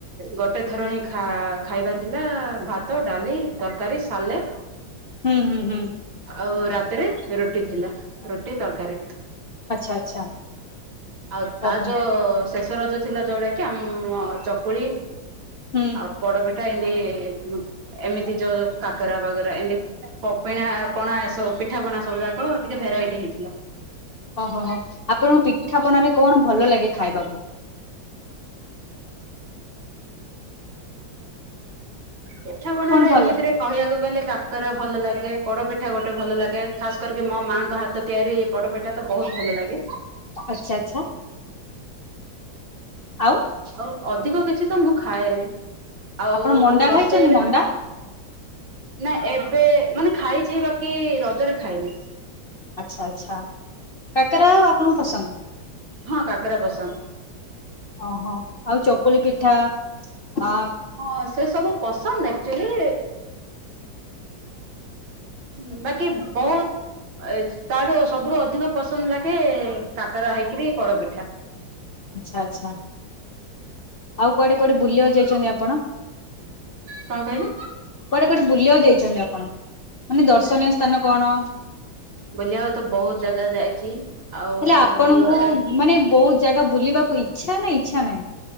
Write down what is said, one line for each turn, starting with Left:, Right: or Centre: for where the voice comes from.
Right: ଗ ଗୋଟେ ଥର ହିଁ ଖା ଖାଇବାର ଥିଲା ଭାତ ଡାଲି ତରକାରୀ ସାଲେଟ୍
Left: ହୁଁ ହୁଁ ହୁଁ।
Right: ଆଉ ରାତିରେ ରୁଟି ଥିଲା। ରୁଟି ତରକାରୀ।
Left: ଆଚ୍ଛା ଆଚ୍ଛା
Right: ଆଉ ତା
Left: ଓହୋ
Right: ଜ ଶେଷ ରଜ ଥିଲା ଯଉଟାକି ଆମ ଚକୁଳି
Left: ହୁଁ।
Right: ଆଉ ପୋଡପିଠା ଏମତି, ଏମିତି ଯୋଉ କାକରା ବାଗରା ଏମତି ପପିଣା ପଣା ଏସବୁ ପିଠା ପଣା ସବୁ ଯାକ ଟିକେ ଭେରାଇଟି ହେଇଥିଲା।
Left: ହୋ, ହୋ, ହୋ। ଆପଣଙ୍କୁ ପିଠାପଣାରେ କଣ ଭଲ ଲାଗେ ଖାଇବାକୁ?
Right: ପିଠା ପଣାରେ
Left: କଣ ଭଲ
Right: ଏମିତିରେ
Left: ଲାଗେ
Right: କହିବାକୁ ଗଲେ କାକରା ଭଲ ଲାଗେ, ପଡପିଠା ଗୋଟେ ଭଲ ଲାଗେ, ଖାସ୍ କରିକି ମୋ ମାଙ୍କ ହାତ ତ ତିଆରି ପୋଡପିଠା ତ ବୋହୁତ୍ ଭଲ ଲାଗେ।
Left: ଆଛା ଆଚ୍ଛା। ଆଉ
Right: ଆଉ ଅଧିକ କିଛି ତ ମୁଁ ଖାଏନି। ଆଉ
Left: ଆପଣ ମଣ୍ଡା
Right: ରଷେଇରେ
Left: ଖାଇଛନ୍ତି ମଣ୍ଡା
Right: ନା ଏବେ ମାନେ ଖାଇଛି ବାକି ରଜରେ ଖାଇନି।
Left: ଆଚ୍ଛା ଆଚ୍ଛା। କାକରା ଆପଣଙ୍କୁ ପସନ୍ଦ?
Right: ହଁ କାକେରା ପସନ୍ଦ।
Left: ଓହୋ। ଆଉ ଚକୁଳି ପିଠା, ଆ
Right: ହଁ ସେ ସବୁ ପସନ୍ଦ ଆକ୍ଚୁଆଲି ହୁଁ ବାକି ବୋହୁତ୍ ଏ ତାଠୁ ସବୁଠୁ ଅଧିକ ପସନ୍ଦ ଲାଗେ କାକରା ହେଇକିରି ପୋଡ଼ାପିଠା।
Left: ଆଛା ଆଚ୍ଛା। ଆଉ କୁଆଡେ କୁଆଡେ ବୁଲିବାକୁ ଯାଇଛନ୍ତି ଆପଣ?
Right: କଣ କହିଲେ
Left: କୁଆଡେ କୁଆଡେ ବୁଲିବାକୁ ଯାଇଛନ୍ତି ଆପଣ? ମାନେ ଦର୍ଶନୀୟ ସ୍ଥାନ କଣ?
Right: ବୁଲିଆକୁ ତ ବୋହୁତ୍ ଜାଗା ଯାଇଛି। ଆଉ
Left: ହେଲେ ଆପଣଙ୍କୁ
Right: ଏ
Left: ମାନେ ବୋହୁତ୍ ଜାଗା ବୁଲିବାକୁ ଇଚ୍ଛା ନା ଇଚ୍ଛା ନାହିଁ?